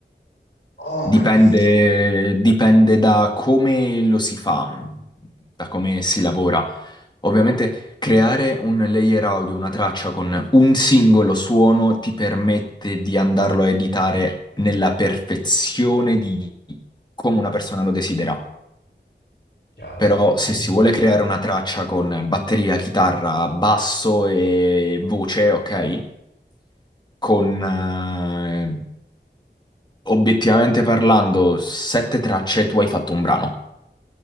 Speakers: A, on the left (about 55°); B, on the left (about 25°).
A: Oh, ho
B: Dipende,
A: capito.
B: dipende da come lo si fa, da come si lavora. Ovviamente creare un layer audio, una traccia con un singolo suono ti permette di andarlo a editare nella perfezione di come una persona lo desidera.
A: Chiaro.
B: Però se
A: Mm-hmm.
B: si vuole creare una traccia con batteria, chitarra, basso e voce, ok? Con eh, obiettivamente parlando, sette tracce, tu hai fatto un brano.